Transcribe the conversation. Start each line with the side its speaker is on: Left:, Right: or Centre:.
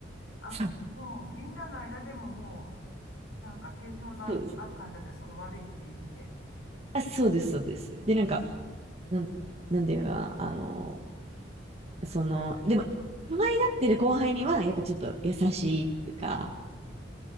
Left: あ、
Right: そう、
Left: もうみんなの間でももう、なんか定評な、
Right: そうです。
Left: ある感じだったね、その悪いっていう意味で。
Right: あ、そうです、そうです。
Left: ね、
Right: で、なんか、なん、
Left: そう。
Right: なんていうか、あの、その、でも、可愛がってる後輩には、やっぱちょっと優しいっていうか、
Left: へえ、